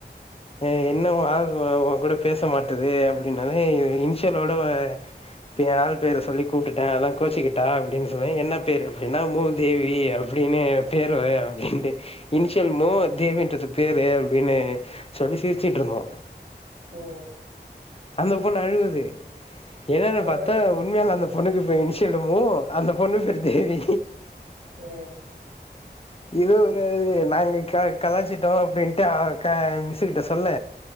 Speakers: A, on the left (about 35°); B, on the right (about 55°).
A: ஆ என்ன ஒ ஆள் ஒ ஒ கூட பேச மாட்டுது அப்டினொன்னே இன்ஸ் ஸியலோட வ இப்ப ஏ ஆள் பேர சொல்லி கூப்ட்டுட்ட அதா கோச்சுக்கிட்டா அப்டினு சொன்னே என்ன பேரு அப்டினா மூதேவி அப்டி ன்னு பேரு அப்டின்ட்டு இன்ஷியல் மூ தேவின்றது பேரு அப்டினு சொல்லி சிரிச்சுட்ருந்தோ
B: ஆ
A: அந்த பொண்ணு அழுவுது என்னனு
B: அததா
A: பாத்தா
B: கலாச்சிட்ருக்கேனே
A: உண்மையாலு அந்த பொண்ணுக்கு பே இன்ஷியலு மூ அந்த பொண்ணு பேரு தேவி
B: ஆ
A: இது அப்ற அழுது நாங்க க கலாய்சிட்டோ அப்டின்ட்டு ஆ க மிஸ்ஸுக்கிட்ட சொல்ல